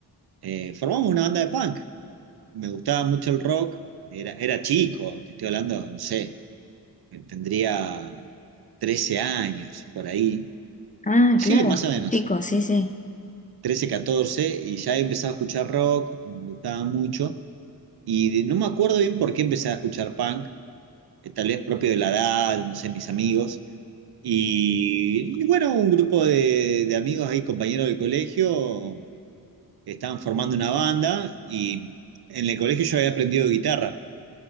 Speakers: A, on the right; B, on the left.
A: eh, formamos una banda de punk. me gustaba mucho el rock, era, era chico, te estoy hablando, no sé, tendría 13 años por ahí.
B: Ah,
A: Sí,
B: claro,
A: más o menos,
B: chicos, sí, sí.
A: 13 14 y ya he empezado a escuchar rock, me gustaba mucho, y de- no me acuerdo bien por qué empecé a escuchar punk, eh, tal vez propio de la edad, no sé, mis amigos. Y bueno, un grupo de, de amigos ahí, compañeros del colegio, estaban formando una banda y en el colegio yo había aprendido guitarra.